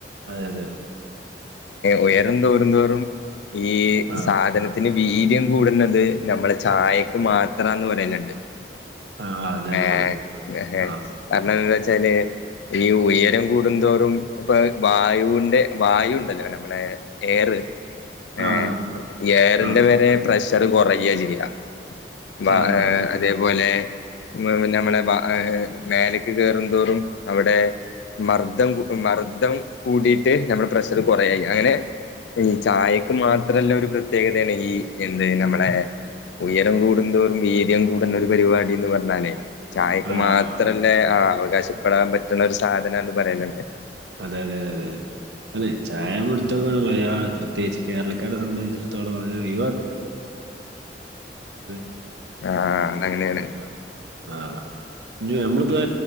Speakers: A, on the right; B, on the left.
A: അതെ അതെ
B: ഉയരംന്തോറും തോറും ഈ
A: ആഹ്
B: സാധനത്തിന്. വീര്യം കൂടുന്നത് നമ്മള ചായക്ക് മാത്രന്ന് പറയലുണ്ട്.
A: ആഹ് അതെ അതെ
B: ഏ
A: അതെ
B: ആ
A: ആഹ്
B: കാരണം എന്താ വെച്ചാല്. ഈ ഉയരം കൂടുന്തോറും ഇപ്പ വായുവിന്റെ വായു ഉണ്ടല്ലോ നമ്മളെ. എയർ ഏ
A: ആഹ് അതാ
B: എയറിന്റെ
A: ആഹ്
B: വരെ പ്രഷർ കുറയാചെയ്യാ. ബ
A: ആഹ്
B: ഏ അതേപോലെ. ഏ നമ്മള്ബ മേലക്ക് കയറുംന്തോറും അവിടെ മർദം. മർദ്ദം കൂടിയിട്ട് നമ്മുടെ പ്രഷർ കുറയാ ചെയ്യാ അങ്ങനെ ഈ ചായ. ക്ക് മാത്രല്ല ഒരു പ്രത്യേകതയാണ് ഈ എന്ത് നമ്മളെ. ഉയരം കൂടുന്തോറും വീര്യം കൂടുന്ന ഒരു പരിപാടിന്ന് പറഞ്ഞാലേ. ചായക്ക്
A: ആഹ്
B: മാത്രല്ലേ ആ അവകാശപ്പെടാൻ പറ്റുന്ന ഒരു സാധനന്ന് പറയല്ണ്ട്.
A: അത അതെ അത അതെ. ചായ കൊട് <unintelligible> പ്രത്യേകിച്ച് കേരളക്കാരെ സംബന്ധിച്ചിടത്തോളം അത് ഒഴി <unintelligible>
B: ആഹ് അതങ്ങനെയ.
A: ആ ആ നമ്മളിപ്പോൾ